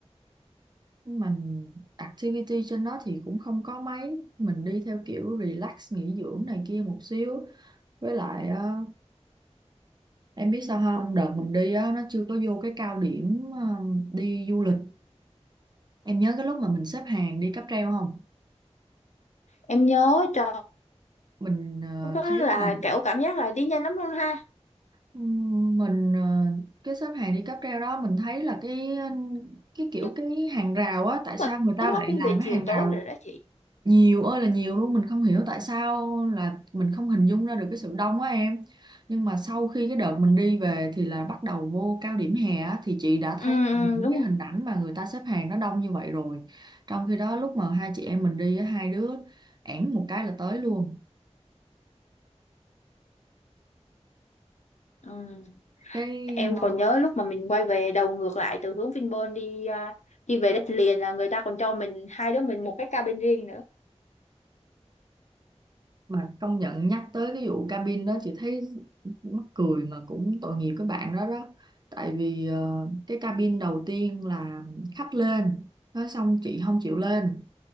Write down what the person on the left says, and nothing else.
em nhớ trời
lúc đó
là
kiểu cảm giác là đi nhanh lắm luôn ha
nhưng
mà
lúc
đó cũng
về
chiều
tối rồi đó chị
ừ
ừ,
đúng
rồi
ừ.
em còn
nhớ lúc mà mình quay về đầu ngược lại từ hướng Vinpearl đi à, đi về đất liền là người ta còn cho mình hai đứa mình một cái cabin riêng nữa